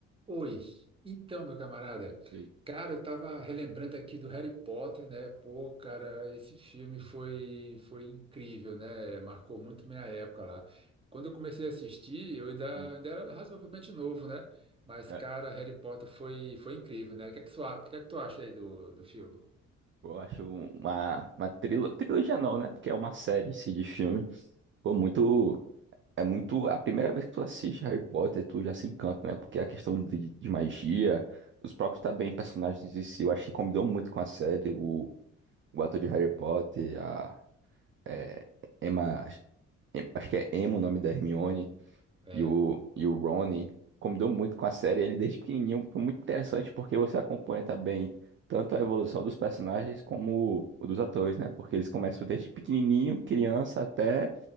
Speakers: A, on the right; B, on the right.
A: Oi, então, meu camarada,
B: E-
A: cara, eu tava relembrando aqui do Harry Potter, né? Pô, cara, esse filme foi, foi incrível, né? Marcou muito minha época lá. Quando eu comecei a assistir, eu ainda,
B: hum,
A: ainda era razoavelmente novo, né? Mas,
B: é,
A: cara, Harry Potter foi, foi incrível, né? O que é que, tu a- o que é que tu acha aí do, do filme?
B: eu acho uma, uma trilo, trilogia não, né? Porque é uma série em si de filme. Pô, muito. É muito. A primeira vez que tu assiste Harry Potter, tu já se encanta, né? Porque a questão de, de magia, os próprios também personagens em si, eu acho que combinou muito com a série. O, o ator de Harry Potter, a é, Emma. Em- Acho que é Emma o nome da Hermione.
A: É,
B: E o, e o Ronnie combinou muito com a série. Ele, desde pequenininho, foi muito interessante porque você acompanha também tanto a evolução dos personagens como o dos atores, né? Porque eles começam desde pequenininho, criança, até